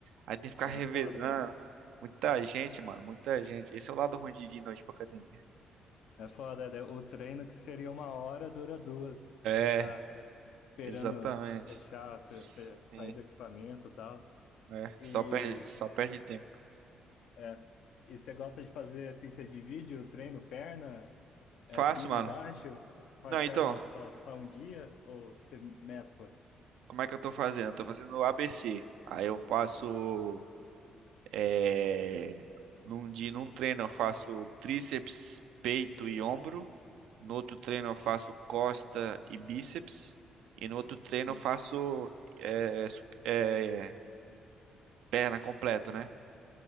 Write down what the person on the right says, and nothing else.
Aí tem que ficar
revezando.
Muita gente, mano, muita gente. Esse é o lado ruim de ir de noite pra academia.
É,
exatamente.
Sim,
é.
Só perde, só perde tempo.
Faço,
mano.
Não,
então,
como é que eu tô fazendo? Eu tô fazendo ABC. Aí eu faço. É, num dia, num treino eu faço tríceps, peito e ombro. No outro treino eu faço costa e bíceps. E no outro treino
eu faço é, sup- é, perna completo, né?